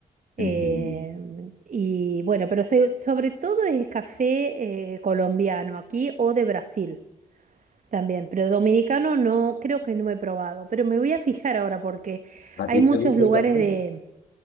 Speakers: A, on the right; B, on the left.
A: Eh,
B: entiendo.
A: y bueno, pero se- sobre todo es café eh, colombiano aquí o de Brasil también, pero dominicano no, creo que no he probado, pero me voy a fijar ahora porque
B: ¿A
A: hay
B: ti
A: muchos
B: te gusta
A: lugares
B: el café?
A: de,